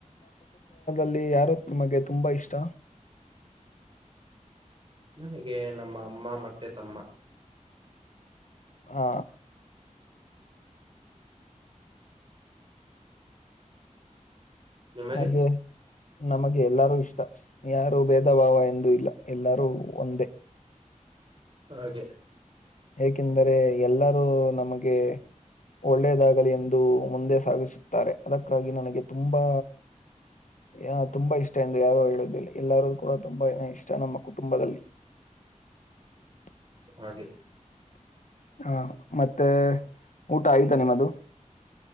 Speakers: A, on the left (about 70°); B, on the right (about 40°).
A: ಲ್ಲಿ ಯಾರು ನಿಮಗೆ ತುಂಬಾ ಇಷ್ಟ
B: ನನಗೆ ನಮ್ಮ ಅಮ್ಮ ಮತ್ತೆ ತಮ್ಮ
A: ಹಾ
B: ನಿಮಗೆ
A: ಹಾಗೆ ನಮಗೆ ಎಲ್ಲರೂ ಇಷ್ಟ ಯಾರು ಭೇದ ಭಾವ ಎಂದ ಇಲ್ಲ ಎಲ್ಲರೂ ಒಂದೇ
B: ಹಾಗೆ
A: ಏಕೆಂದರೆ ಎಲ್ಲರೂ ನಮಗೆ ಒಳ್ಳೇದಾಗಲಿ ಎಂದು ಮುಂದೆ ಸಾಗಿಸುತ್ತಾರೆ ಅದಕ್ಕಾಗಿ ನನಗೆ ತುಂಬಾ ಹ ತುಂಬಾ ಇಷ್ಟ ಎಂದು ಯಾರು ಹೇಳುದಿಲ್ಲ ಎಲ್ಲಾರ ಕೂಡ ತುಂಬೇ ಇಷ್ಟ ನಮ್ಮ ಕುಟುಂಬದಲ್ಲಿ ಪ
B: ಹಾಗೆ
A: ಹಾ ಮತ್ತೆ ಊಟ ಆಯ್ತಾ
B: ಹ್ಮ್
A: ನಿಮ್ಮದು